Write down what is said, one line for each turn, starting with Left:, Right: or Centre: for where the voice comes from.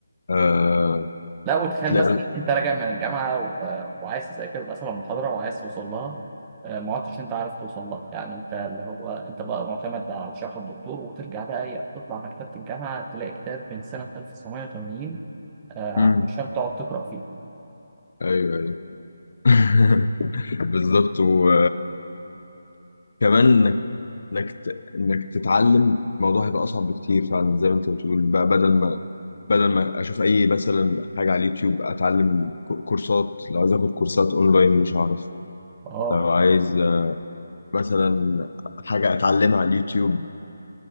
Left: آه
Right: لا وتخيل
Left: تلاقي
Right: مثلا انت راجع من الجامعه و... وعايز تذاكر مثلا محاضره وعايز توصل لها آه، ما عدتش انت عارف توصل لها يعني انت اللي هو انت بقى معتمد على شرح الدكتور وترجع بقى إيه، تطلع مكتبه الجامعه تلاقي كتاب من سنه 1980 آه،
Left: مم.
Right: عشان تقعد تقرا فيه
Left: ايوه ايوه <laughs> بالظبط و كمان انك انك ت- انك تتعلم الموضوع هيبقى اصعب بكتير فعلا زي ما انت بتقول بقى بدل ما بدل ما اشوف اي مثلا حاجه على اليوتيوب اتعلم ك- كورسات لو عايز اخد كورسات اونلاين مش هعرف
Right: اه
Left: لو عايز آه، مثلا حاجه اتعلمها على اليوتيوب